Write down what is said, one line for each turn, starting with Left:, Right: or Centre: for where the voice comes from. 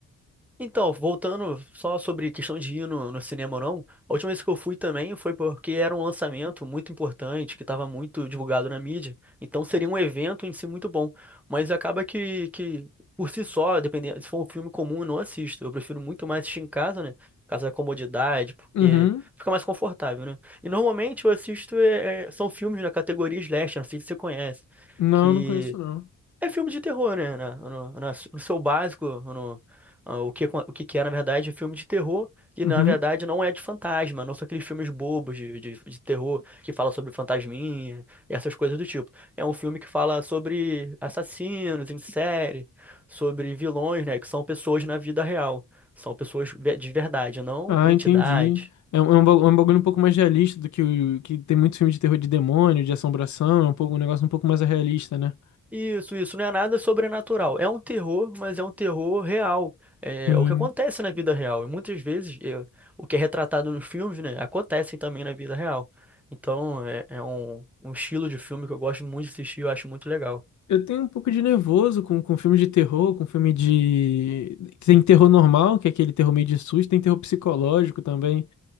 Centre: Então, voltando só sobre questão de ir no, no cinema ou não, a última vez que eu fui também foi porque era um lançamento muito importante, que estava muito divulgado na mídia, então seria um evento em si muito bom, mas acaba que, que por si só, dependendo, se for um filme comum, eu não assisto, eu prefiro muito mais assistir em casa, né, por causa da comodidade, porque
Left: Uhum.
Centre: fica mais confortável, né, e normalmente eu assisto, é, é, são filmes da categoria slasher, não sei se você conhece,
Left: Não,
Centre: que...
Left: não conheço não.
Centre: É filme de terror, né? na- No, na- no seu básico, no, ah, o que, o que que é, na verdade, é filme de terror, e
Left: Uhum.
Centre: na verdade não é de fantasma, não são aqueles filmes bobos de, de, de terror que fala sobre fantasminha e essas coisas do tipo. É um filme que fala sobre assassinos em série, sobre vilões, né? Que são pessoas na vida real. São pessoas ve- de verdade, não
Left: Ah,
Centre: entidades
Left: entendi. É um, é um ba- é um bagulho um pouco mais realista do que o que tem muitos filmes de terror de demônio, de assombração, é um pouco, um negócio um pouco mais realista, né?
Centre: Isso, isso não é nada sobrenatural. É um terror, mas é um terror real. É,
Left: Sim.
Centre: é o que acontece na vida real. E muitas vezes é, o que é retratado nos filmes, né, acontece também na vida real. Então é, é um, um estilo de filme que eu gosto muito de assistir, eu acho muito legal.
Left: Eu tenho um pouco de nervoso com, com filme de terror, com filme de. Tem terror normal, que é aquele terror meio de susto, tem terror psicológico também.